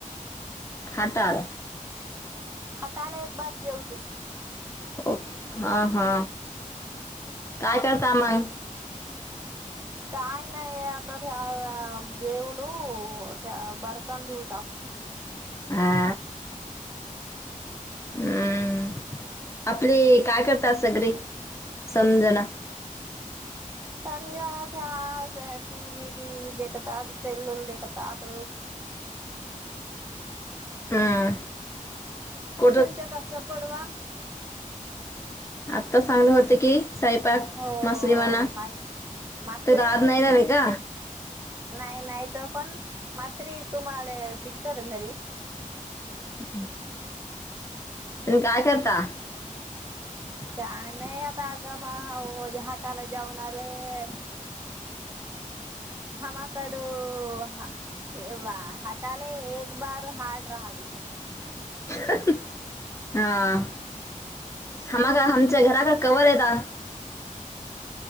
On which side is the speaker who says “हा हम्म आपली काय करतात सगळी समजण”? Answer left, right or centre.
Left